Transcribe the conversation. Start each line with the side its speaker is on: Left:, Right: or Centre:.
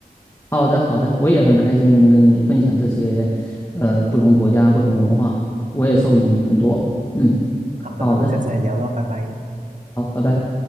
Left: 好的，好的，我也很开心能跟你分享这些，呃，不同国家、不同文化，我也受益很多。嗯，
Right: 好的，
Left: 好的，
Right: 那我们下次再聊了，拜拜。
Left: 好，拜拜。